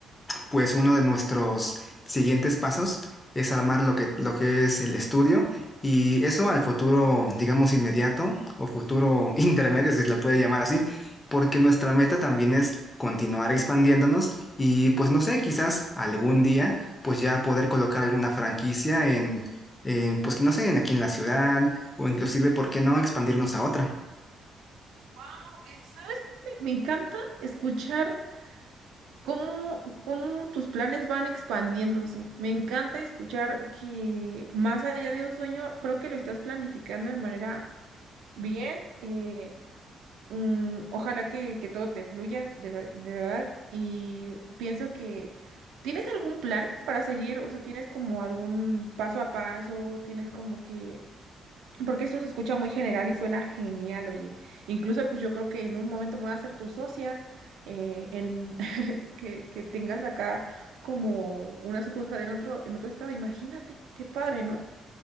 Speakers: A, on the left (about 25°); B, on the right (about 80°).
A: pues uno de nuestros siguientes pasos es armar lo que, lo que es el estudio y eso al futuro, digamos, inmediato o futuro <laughs> intermedio, si se le puede llamar así, porque nuestra meta también es continuar expandiéndonos y pues no sé, quizás algún día pues ya poder colocar alguna franquicia en, en, pues no sé, en aquí en la ciudad o inclusive, ¿por qué no expandirnos a otra?
B: Wow, ¿sabes? qué Me me encanta escuchar cómo, cómo tus planes van expandiéndose. Me encanta escuchar que más allá de un sueño, creo que lo estás planificando de manera bien. eh, mm, ojalá que, que todo te fluya de, ver- de verdad. Y pienso que ¿tienes algún plan para seguir? O sea, ¿tienes como algún paso a paso? ¿Tienes como que porque eso se escucha muy general y suena genial, oye. Incluso, pues yo creo que en un momento me voy a hacer tu socia, eh, en <laughs> que, que tengas acá como una sucursal en otro, en otro estado. Imagínate, qué padre, ¿no?